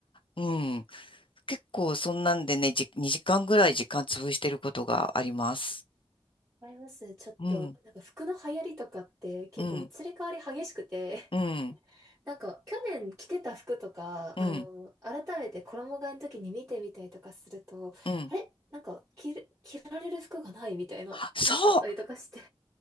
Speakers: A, on the left; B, on the right.
A: うん、結構そんなんでね、じ、2時間ぐらい時間潰してることがあります。
B: あります。ちょっと、
A: うん、
B: なんか服の流行りとかって結構移り変わり激しくて、
A: うん、うん、
B: <laughs> なんか去年着てた服とか、
A: うん、
B: あの、改めて衣替えの時に見てみたりとかすると、
A: うん。
B: あれなんか着る、着られる服がないみたいな、
A: あそう
B: なっちゃったりとかして。